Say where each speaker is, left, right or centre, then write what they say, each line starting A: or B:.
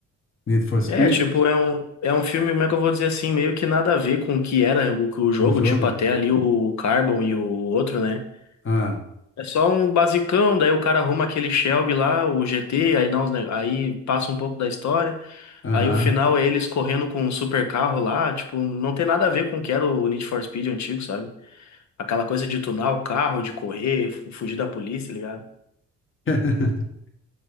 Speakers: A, on the left; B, on the left.
A: Need for Speed,
B: É, tipo, é um, é um filme, como é que eu vou dizer assim, meio que nada a ver com o que era o, o jogo,
A: o jogo?
B: tipo, até ali o Carbon e o outro, né?
A: Ah,
B: É só um basicão, daí o cara arruma aquele Shelby lá, o GT, aí dá uns, ne- aí passa um pouco da história,
A: aham.
B: aí o final é eles correndo com um super carro lá, tipo, não tem nada a ver com o que era o Need for Speed antigo, sabe? Aquela coisa de tunar o carro, de correr, fu- fugir da polícia, tá ligado?
A: <laughs>